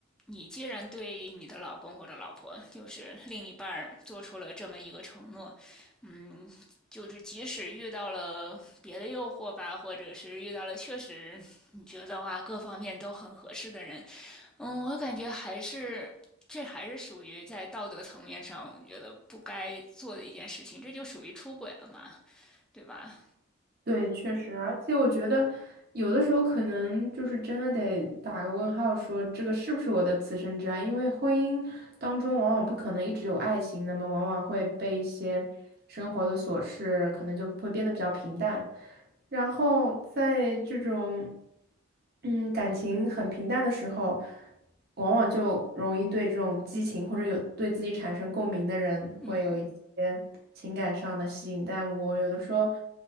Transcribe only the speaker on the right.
对，确实，而且我觉得有的时候可能就是真的得打个问号，说这个是不是我的此生之爱？因为婚姻当中往往不可能一直有爱情，那么往往会被一些生活的琐事，可能就会变得比较平淡。然后在这种嗯感情很平淡的时候，往往就容易对这种激情或者有对自己产生共鸣的人会有一些情感上的吸引，
但我有的时候